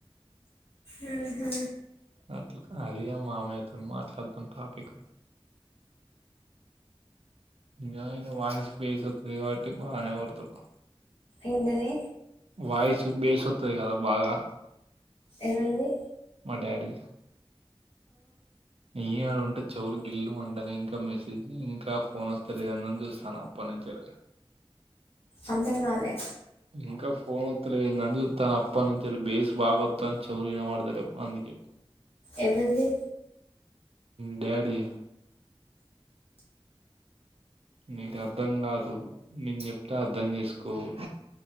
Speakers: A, on the left (about 75°); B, on the right (about 75°).
A: ఉహు
B: అట్లా అది ఇగ మామయ్య తో మాట్లాడుతున్న టాపిక్ ఇగ వాయిస్ బేస్ వస్తది కాబట్టి బానే ఒర్రుతడు
A: ఏంటిది
B: వాయిసు బేస్ వతది కదా బాగా
A: ఏవల్ది
B: మా డాడీ ది ఏ ఆళ చెవులు గిల్లు మంటన్నయ్ ఇంకా మెసేజ్ ఇంకా ఫోన్ వస్తే లేదందని చూస్తాన్న అప్పటి నుంచలి
A: అర్థం కాలే
B: ఇంకా ఫోన్ అప్పనుంచి <unintelligible> ఎ
A: ఎవరిది
B: డాడీ నీకు అర్థం కాదు నేను చెప్తే అర్థం చేసుకోవు